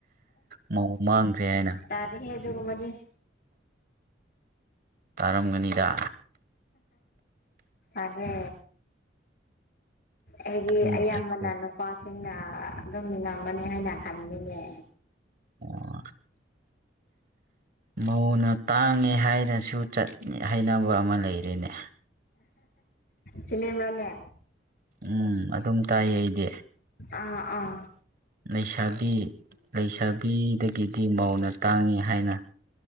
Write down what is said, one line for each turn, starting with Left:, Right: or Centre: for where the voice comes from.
Right: ꯃꯧ ꯃꯥꯡꯈ꯭ꯔꯦ ꯍꯥꯏꯅ
Left: ꯇꯔ ꯍꯦ ꯑꯗꯨꯒꯨꯝ ꯃꯗꯤ
Right: ꯇꯥꯔꯝꯒꯅꯤꯗ
Left: ꯑꯗꯦ ꯑꯩꯗꯤ
Right: ꯎꯝ
Left: ꯑꯌꯥꯝꯕꯅ
Right: ꯑꯩꯈꯣꯏ
Left: ꯅꯨꯄꯥꯁꯤꯡꯅ ꯑꯗꯨꯝ ꯃꯤ ꯅꯝꯕꯅꯤ ꯍꯥꯏꯅ ꯈꯟꯅꯤꯡꯉꯦ
Right: ꯑꯣ ꯃꯧꯅ ꯇꯥꯡꯉꯦ ꯍꯥꯏꯅꯁꯨ ꯆ ꯍꯥꯏꯅꯕ ꯑꯃ ꯂꯩꯔꯤꯅꯦ
Left: ꯁꯤꯂ ꯔꯅꯦ
Right: ꯎꯝ ꯑꯗꯨꯝ ꯇꯥꯏꯌꯦ ꯑꯩꯗꯤ
Left: ꯑꯥ ꯑꯥ
Right: ꯂꯩꯁꯥꯕꯤ ꯂꯩꯁꯥꯕꯤꯗꯒꯤꯗꯤ ꯃꯧꯅ ꯇꯥꯡꯏꯤ ꯍꯥꯏꯅ